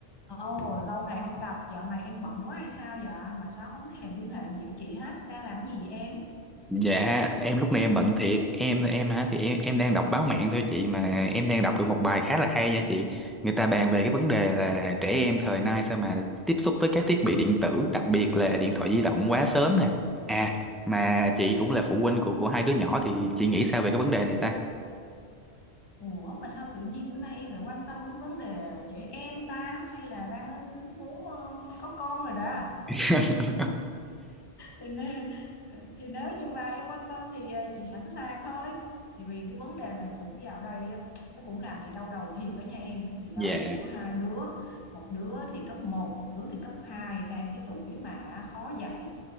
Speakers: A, on the left; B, in the centre.
A: Ồ, lâu ngày không gặp, dạo này em bận quá hay sao vậy? Mà sao không thèm liên hệ gì với chị hết? Đang làm cái gì vậy em?
B: Dạ em lúc này em bận thiệt em em hả thì em em đang đọc báo mạng thôi chị mà em đang đọc được một bài khá là hay nha chị người ta bàn về cái vấn đề là trẻ em thời nay sao mà tiếp xúc với các thiết bị điện tử đặc biệt là điện thoại di động quá sớm nè à mà chị cũng là phụ huynh của của hai đứa nhỏ thì chị nghĩ sao về cái vấn đề này ta
A: Ủa, mà sao tự nhiên bữa nay em lại quan tâm đến vấn đề trẻ em ta? Hay là đang muốn ờ, có con rồi đó?
B: <laughs>
A: thì, nên thì nếu như mà em quan tâm thì ờ, chị sẵn sàng thôi thì vì cái vấn đề này cũng vào đây ờ, nó cũng làm chị đau đầu thiệt ở nhà em thì đó
B: Dạ,
A: chị có hai đứa một đứa thì cấp một một đứa thì cấp hai đang cái tuổi mà khó dạy